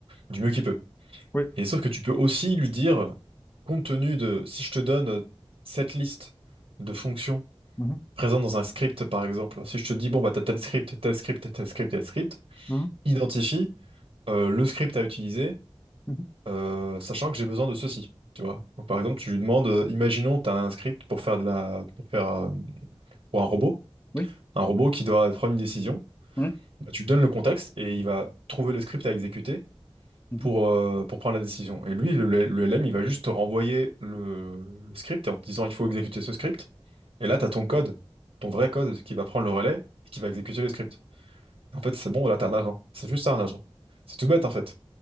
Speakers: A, on the right; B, on the left.
A: du mieux qu'il peut.
B: Oui.
A: Et sauf que tu peux aussi lui dire, compte tenu de, si je te donne euh, cette liste de fonctions
B: Mhm.
A: présent dans un script, par exemple. Si je te dis, bon, bah, t'as tel script, tel script, tel script, tel script,
B: Mhm.
A: identifie euh, le script à utiliser,
B: Mhm. Mhm.
A: euh, sachant que j'ai besoin de ceci, tu vois. Donc, par exemple, tu lui demandes, euh, imaginons, t'as un script pour faire de la, pour faire, euh, pour un robot,
B: Oui.
A: un robot qui doit prendre une décision.
B: Oui. Mhm.
A: Bah, tu donnes le contexte et il va trouver le script à exécuter
B: Mhm.
A: pour, euh, pour prendre la décision. Et lui, le, le LM, il va juste te renvoyer le, le script en te disant, il faut exécuter ce script. Et là, t'as ton code, ton vrai code qui va prendre le relais et qui va exécuter le script. En fait, c'est bon, là, t'as un agent. C'est juste ça, un agent. C'est tout bête, en fait.